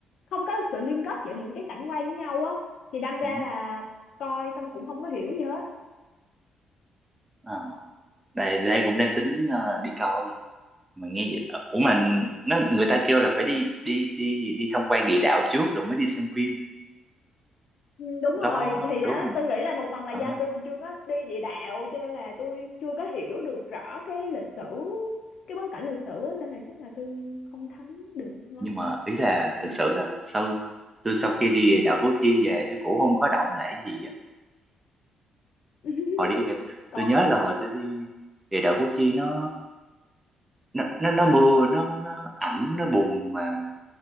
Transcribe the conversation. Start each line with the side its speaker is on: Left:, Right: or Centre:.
Left: không có sự liên kết giữa những cái cảnh quay với nhau á thì đâm ra
Right: ừ.
Left: là coi xong cũng không có hiểu gì hết
Right: ờ đây đây cũng đang tính ờ, đi coi mà nghe vậy ờ, ủa mà nó người ta kêu là phải đi đi đi gì, đi tham quan địa đạo trước rồi mới đi xem phim
Left: Ừ, đúng
Right: đó
Left: rồi thì
Right: đúng
Left: đó
Right: không nhỉ?
Left: tôi nghĩ là một phần là
Right: Ờ.
Left: do tôi chưa có đi địa đạo cho nên là tôi chưa có hiểu được rõ cái lịch sử cái bối cảnh lịch sử á, nên là chắc là tôi không thấm được lắm
Right: nhưng mà ý là
Left: Có thể
Right: thực
Left: là như
Right: sự là sau tôi sau khi đi địa đạo Củ Chi về tôi cũng không có động lại gì á
Left: vậy. <laughs>
Right: hồi đi địa-
Left: còn
Right: tôi nhớ là hồi tôi đi địa đạo Củ Chi nó nó nó nó mưa nó nó ẩm nó bùn mà